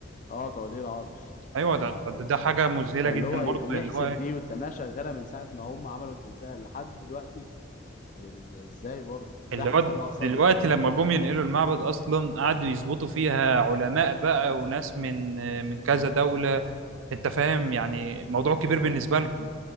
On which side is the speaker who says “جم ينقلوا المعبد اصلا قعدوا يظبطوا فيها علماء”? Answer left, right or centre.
Right